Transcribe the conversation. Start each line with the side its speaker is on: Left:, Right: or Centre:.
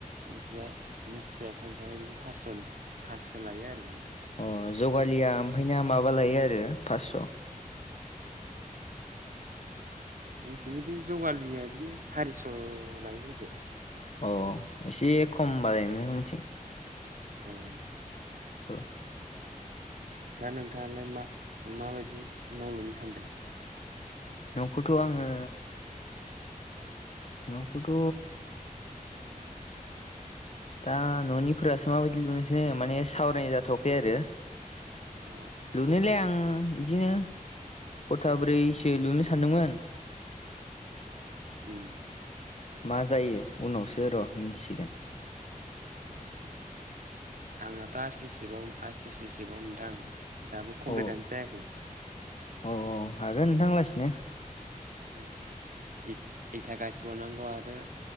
Right: एखैजाय मिस्थ्रिया सानसेआव बिदिनो फासस' फासस' लायो आरो नोंथां
Left: अ जगालिया ओमफ्राय दा माबा लायो आरो फासस'
Right: औ जोंथिंबो बिदिनो जगालिया बिदिनो सारिस' लायो जोंखै
Left: अ एसे खम बारायनो उनथिं
Right: उम
Left: औ
Right: दा नोंथाङालाय मा माबायदि न' लुनो सानदों
Left: न'खौथ' आङो नखौथ' दा न'निफोरासो माबायदि लुनोसै माने सावरायनाय जाथ'खै आरो
Right: अ
Left: लुनायालाय आं इदिनो खथाब्रैसो लुनो सानदोंमोन
Right: उम
Left: मा जायो उनावसो र' मिथिसिगोन
Right: अ आंनाथ' आर सि सिबाव आर सि सि सिबाव नोंथां दाबो कमप्लिटानो
Left: अ
Right: जायाखै
Left: अ औ हागोन नोंथां लासिनो
Right: ओम इथ इथा गासिबावनांगौ आरो